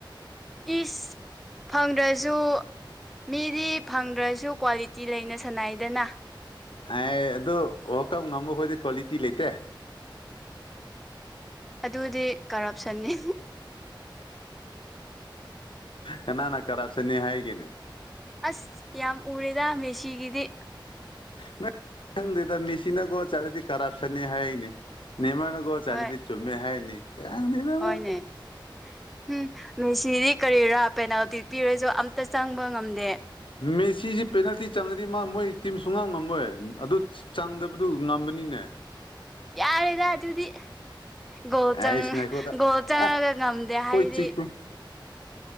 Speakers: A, in the centre; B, on the left (about 80°).
A: ꯏꯁ! ꯐꯪꯗ꯭ꯔꯁꯨ ꯃꯤꯗꯤ ꯐꯪꯗ꯭ꯔꯁꯨ ꯀ꯭ꯋꯥꯂꯤꯇꯤ ꯂꯩꯅ ꯁꯅꯩꯗꯅ꯫
B: ꯑꯦ ꯑꯗꯨ ꯋꯥꯜꯀꯞ ꯉꯝꯕꯈꯣꯏꯗꯤ ꯀ꯭ꯋꯥꯂꯤꯇꯤ ꯂꯩꯇꯦ
A: ꯑꯗꯨꯗꯤ ꯀꯔꯞꯁꯟꯅꯤ
B: ꯀꯅꯥꯅ ꯀꯔꯞꯁꯟꯅꯤ ꯍꯥꯏꯒꯦꯅꯦ?
A: ꯑꯁ! ꯌꯥꯝ ꯎꯔꯦꯗ ꯃꯦꯁꯤꯒꯤꯗꯤ꯫
B: ꯅꯪ ꯈꯪꯗꯦꯗ ꯃꯤꯁꯤꯅꯀꯣ ꯆꯠꯂꯗꯤ ꯀꯔꯞꯁꯟꯅꯦ ꯍꯥꯏꯅꯦ ꯅꯦꯃꯥꯅ ꯆꯗꯤ
A: ꯍꯣꯏ
B: ꯆꯨꯝꯃꯦ ꯍꯥꯏꯅꯤ <unintelligible> ꯅꯣꯏ
A: ꯍꯣꯏꯅꯦ ꯎꯝ ꯃꯦꯁꯤꯗꯤ ꯀꯔꯤꯔꯥ ꯄꯦꯅꯥꯜꯇꯤ ꯄꯤꯔꯁꯨ ꯑꯝꯇ ꯆꯪꯕ ꯉꯝꯗꯦ
B: ꯃꯦꯁꯤꯁꯤ ꯄꯦꯅꯥꯜꯇꯤ ꯆꯪꯉꯗꯤ ꯃꯥ ꯃꯣꯏ ꯇꯤꯝ ꯁꯨꯡꯉꯝ ꯉꯝꯃꯣꯏ ꯑꯗꯨ ꯆꯪꯗꯕꯗꯨ ꯉꯝꯕꯅꯤꯅꯦ
A: ꯌꯥꯔꯦꯗ ꯑꯗꯨꯗꯤ ꯒꯣꯜ
B: ꯑꯩꯁ ꯉꯥꯏꯈꯣꯗ
A: ꯒꯣꯜ ꯆꯪꯉꯒ
B: ꯑ
A: ꯉꯝꯗꯦ ꯍꯥꯏꯗꯤ
B: ꯍꯣꯏ ꯆꯤꯛꯄꯨ